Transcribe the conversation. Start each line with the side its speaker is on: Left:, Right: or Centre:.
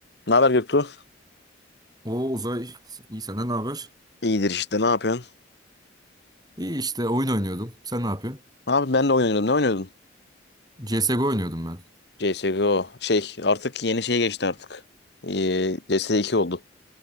Left: Ne haber Göktuğ?
Right: O Uzay, iyi senden ne haber?
Left: İyidir işte ne yapıyorsun?
Right: İyi işte oyun oynuyordum. Sen ne yapıyorsun?
Left: Abi ben de oynuyordum. Ne oynuyordun?
Right: CSGO oynuyordum ben.
Left: CSGO. Şey artık yeni şeye geçti artık. Ee, CS2 oldu.